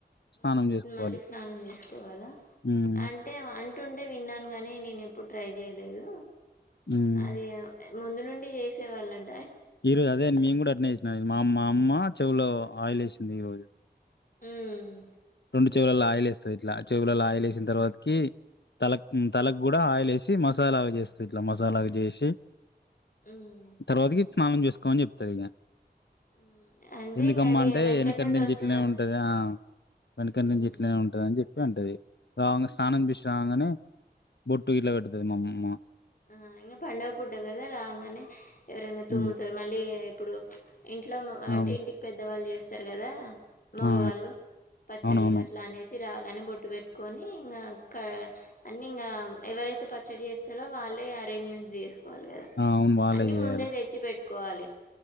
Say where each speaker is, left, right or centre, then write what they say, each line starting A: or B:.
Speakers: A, on the left (about 80°); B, on the left (about 55°).
A: స్నానం
B: ఆ
A: చేసుకోవాలి.
B: మళ్ళీ స్నానం తీసుకోవాలా
A: హ్మ్.
B: అంటే అంటే అట్ ఉంటే విన్నాను గాని నేను ఎప్పుడు ట్రై చేయలేదు
A: హ్మ్.
B: అదే ముందు నుండి చేసేవాళ్ళండి
A: ఇరు అదే మ మీ కూడా అట్నే మా మా అమ్మ చెవులో ఆయిల్ వేసింది ఈ రోజు
B: మ్మ్
A: రెండు చెవులల్లో ఆయిల్ వేస్తుంది ఇట్లా చెవులలో ఆయిల్ వేసిన తర్వాతకి తలక్ తలకు కూడా ఆయిల్ వేసి మసాలాగా చేస్తుంది ఇట్లా మసాలాగా చేసి
B: ఉమ్
A: తర్వాతకి స్నానం చూసుకో కొన్ చెప్తారుగా
B: ఉమ్ అంటే
A: ఎందుకమ్మా
B: ఇంగ అది
A: అంటే వెనకటి
B: నుండి
A: నుంచి
B: వస్తున్నా
A: ఇట్లనే ఉంటది వెనక నుంచి
B: ఉమ్
A: ఎట్లనే ఉంటది అని చెపింది ఎప్పుడు అంటది వంగ స్నానం
B: ఉమ్
A: చేసిరంగానే బొట్టు గిట్ల పెడతది మాఅమ్మ
B: ఆ ఇంకా పంండగ పూట కదా రాగానే ఎవరైనా తుమ్ముతారు
A: హ్మ్
B: మళ్ళీ ఇప్పుడు ఇంట్లో అంటే
A: అవు
B: ఇంటికి పెద్దవాళ్ళు చేస్తారు చెప్తారు కదా మంగవాాలలో
A: ఆ
B: పచ్చడి
A: అవునవును
B: కట్లానేసి రా కాగానే బొట్టు పెట్టుకొని ఇంకా క అన్నింగ్ ఎవరైతే పచ్చడి చేస్తారో వాళ్ళే అరంజ్ంట్ చేసు కోవాలి కదా
A: ఆ అవును వాళ్ళే
B: అన్ని
A: చేయాలి
B: ముందే తెచ్చి పెట్టు కోవాలి